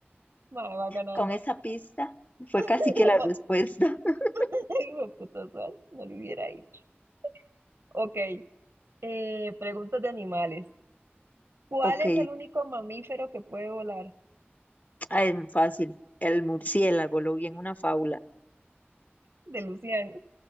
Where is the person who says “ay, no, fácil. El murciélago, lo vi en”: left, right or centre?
Left